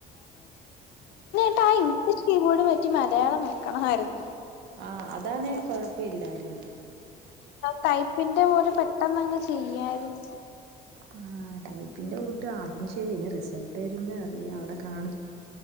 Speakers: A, on the left; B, on the right.
A: എന്നട്ട് ആ ഇംഗ്ലീഷ് കീബോർഡ് പറ്റി മലയാളം നൽക്കണമായിരുന്നു
B: ആഹ അതാണ്െ കൊഴപ്പില്ലായിരുന്നു
A: തൈപ്പിന്റെ പോലെ പെട്ടന്ന്ങ്ങ് ചെയ്യായിരുന്നു
B: ആ ടൈപ്പിന്റെ കൂട്ട് ആതും ശരി ഇനി റിസൾട്ട് വരുംാ അറിയ അവിടെ കാണ